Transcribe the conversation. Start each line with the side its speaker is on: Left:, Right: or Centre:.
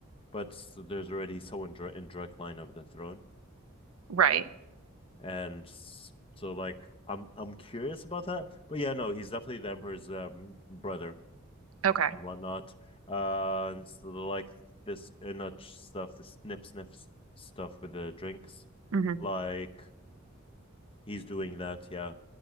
Left: but there's already someone in direct line of the throne,
Right: Right.
Left: and so like I'm I'm curious about that. But yeah, no, he's definitely the emperor's um, brother
Right: Okay.
Left: and whatnot. Uh, and so like this Inuch stuff, this snip sniff stuff with the drinks,
Right: hmm
Left: like he's doing that. Yeah,